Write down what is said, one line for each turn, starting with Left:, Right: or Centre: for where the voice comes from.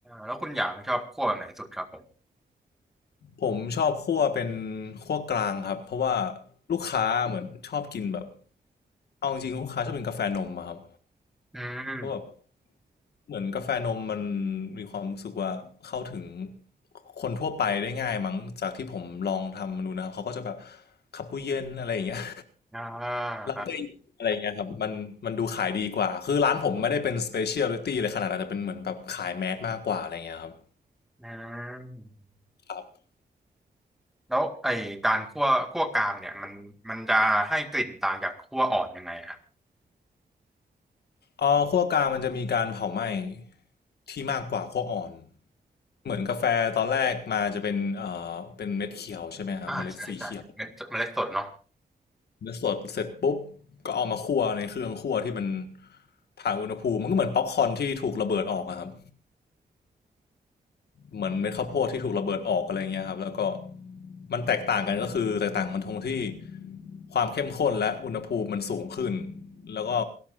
Centre: แล้วคุณอย่างชอบคั่วแบบไหนสุดครับผม
Left: ผมชอบคั่วเป็นคั่วกลางครับเพราะว่าลูกค้าเหมือนชอบกินแบบเอาจริงๆลูกค้าชอบกินกาแฟนมอะครับ
Centre: อืม
Left: เพราะแบบเหมือนกาแฟนมมันมีความรู้สึกว่าเข้าถึงคนทั่วไปได้ง่ายมั้งจากที่ผมลองทำมาดูนะครับเขาก็จะแบบคาปูเย็นอะไรอย่างเงี้ย
Centre: อ่า
Left: ลาเต้อะไรอย่างเงี้ยครับมันมันดูขายดีกว่าคือร้านผมไม่ได้เป็นสเปเชียลิตี้เลยขนาดนั้นแต่เป็นเหมือนแบบขายแมสมากกว่าอะไรเงี้ยครับ
Centre: อ่าอืม
Left: ครับ
Centre: แล้วไอการคั่วคั่วกลางเนี่ยมันมันจะให้กลิ่นต่างจากคั่วอ่อนยังไงครับ
Left: อ๋อคั่วกลางมันจะมีการเผาไหม้ที่มากกว่าคั่วอ่อนเหมือนกาแฟตอนแรกมาจะเป็นเอ่อเป็นเม็ดเขียวใช่ไหมครับเมล็ดสีเขียว
Centre: อ่าใช่ใช่เมล็ดเมล็ดสดเนาะ
Left: เนื้อสดเสร็จปุ๊บก็เอามาคั่วในเครื่องคั่วที่มันผ่านอุณหภูมิมันก็เหมือนป๊อปคอร์นที่ถูกระเบิดออกอะครับ เหมือนเม็ดข้าวโพดที่ถูกระเบิดออกอะไรเงี้ยครับแล้วก็มันแตกต่างกันก็คือแตกต่างมันตรงที่ความเข้มข้นและอุณหภูมิมันสูงขึ้นแล้วก็